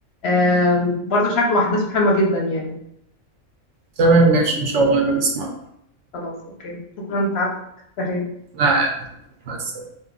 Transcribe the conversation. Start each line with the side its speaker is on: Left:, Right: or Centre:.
Left: آم، برضه شكله أحداثه حلوة جدا يعني
Right: تمام ماشي إن شاء الله نبقى نسمع
Left: خلاص أوكي شكرا تعبتك سلام
Right: أنا قاعد. مع السلامة.